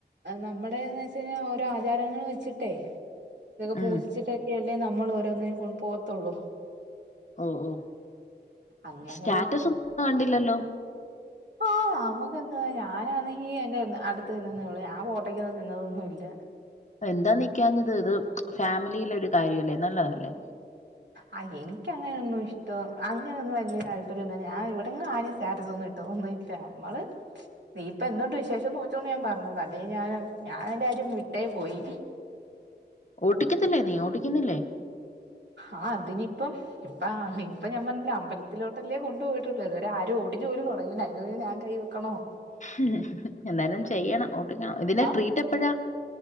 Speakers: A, on the right; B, on the left.
A: നമ്മുടെന്ന് വെച്ച കഴിഞ്ഞാൽ ഓ ഓരോ ആചാരങ്ങൾ വെച്ചിട്ടേ ഇതൊക്കെ
B: ഉം
A: പൂജിച്ചിട്ടൊക്കെ അല്ലേ നമ്മൾ ഓരോന്നിനും കൊണ്ട പോകത്തുള്ളൂ
B: ഓ ഓ
A: അങ്ങനൊരു
B: സ്റ്റാറ്റസ് ഒന്നും കണ്ടില്ലല്ലോ
A: ആഹ് നമ്മുക്ക് ഓക്ക് ഞാനാണെങ്കി എന്റെ അടുത്ത് നിന്നന്നേള്ള ഞാ പോട്ടക്ക്ന്ന് നിന്നതൊന്നും ഇല്ല
B: എന്താ നിക്കാഞ്ഞത് ഇത് ഫാമിലിയിലെ ഒരു കാര്യം അല്ലേ നല്ലതല്ലേ
A: ആ എനക്ക്ങ്ങനെയൊന്നും ഇഷ്ട അങ്ങനൊന്നും വലിയ താല്പര്യംന്ന ഞാൻ ഇവിടെ ആരും സ്റ്റാറ്റസ് ഒന്നുമിട്ടില്ല ല്ല നമ്മള് നീ ഇപ്പൊ എന്തുൊണ്ട് വിശേഷം നോച്ചോണ്ട് ഞാൻ പറഞ്ഞത് അല്ലെ ഞൻ ഞാന എൻന്റൊര് വിട്ടേ പോയി
B: ഓട്ടിക്കത്തില്ലേ നീ ഓട്ടിക്കുന്നില്ലേ
A: ആഹ് അതിനിപ്പം ഇപ്പ ഇപ്പ ഞാൻ പറഞ്ഞില്ല അമ്പലത്തിലോട്ട് പട്ടല്ലേ കൊണ്ട പോയിട്ടുള്ളത് ഒരും ഓടിു പോലും തുടങ്ങില്ല അതിന ഞാൻ കൈ വെക്കണോ
B: ഉം എന്താലും ചെയ്യണം ഓട്ടിക്കണം ഇതിനെ
A: ആഹ്
B: ട്രീറ്റ് എപ്പോഴാ